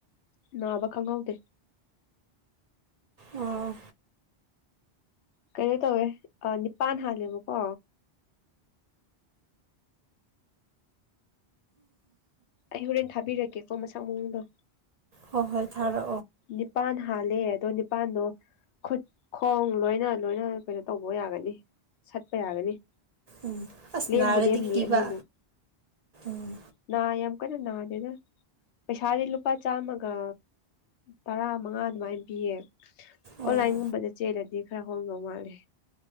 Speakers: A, on the left; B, on the right.
A: ꯅꯥꯕ ꯈꯪꯍꯧꯗꯦ
B: ꯑꯣ
A: ꯀꯩꯅꯣ ꯇꯧꯋꯦ ꯅꯤꯄꯥꯟ ꯍꯥꯜꯂꯦꯕꯀꯣ ꯑꯩ ꯍꯣꯔꯦꯟ ꯊꯥꯕꯤꯔꯛꯀꯦꯀꯣ ꯃꯁꯥ ꯃꯎꯡꯗꯣ
B: ꯍꯣꯏ ꯍꯣꯏ ꯊꯥꯔꯛ
A: ꯅꯤꯄꯥꯟ ꯍꯥꯦ ꯅꯤꯄꯥꯟ ꯅ ꯈꯨꯠ ꯈꯣꯡ ꯂꯣꯏꯅ ꯂꯣꯏꯅ ꯀꯩꯅꯣ ꯇꯧꯕ ꯌꯥꯒꯅꯤ ꯁꯠꯄ ꯌꯥꯒꯅꯤ
B: ꯎꯝ ꯑꯁ
A: ꯂꯦꯝꯕꯨ
B: ꯅꯥꯔꯗꯤ
A: ꯂꯦꯝꯅꯤ
B: ꯀꯤꯕ
A: ꯑꯅꯤꯃꯨꯛ
B: ꯎꯝ
A: ꯅꯥ ꯌꯥꯝ ꯀꯩꯅ ꯅꯥꯗꯅ ꯄꯩꯁꯥꯗꯤ ꯂꯨꯄꯥ ꯆꯥꯝꯃꯒ ꯇꯔꯥ ꯃꯉꯥ ꯑꯗꯨꯃꯥꯏꯅ ꯄꯤꯌꯦ
B: ꯑꯣ
A: ꯑꯣꯟꯂꯥꯏꯟꯒꯨꯝꯕꯗ ꯆꯦꯜꯂꯗꯤ ꯈꯔ ꯍꯣꯡꯗꯧ ꯃꯥꯂꯦ